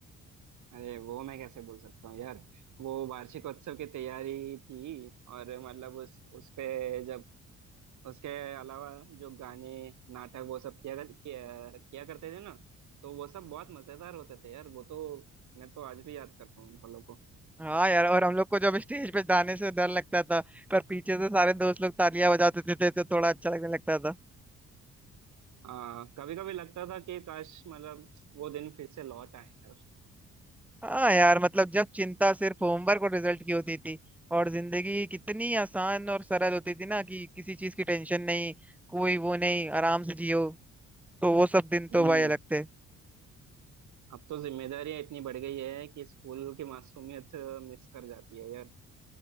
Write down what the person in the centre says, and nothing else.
हाँ यार और हम लोग को जब स्टेज पे जाने से डर लगता था पर पीछे से सारे दोस्त लोग तालियां बजाते थे तो थोड़ा अच्छा लगने लगता था
हाँ यार मतलब जब चिंता सिर्फ होमवर्क और रिजल्ट की होती थी और जिंदगी कितनी आसान और सरल होती थी ना कि किसी चीज की टेंशन नहीं कोई वो नहीं आराम से जियो तो वो सब दिन तो
भाई अलग थे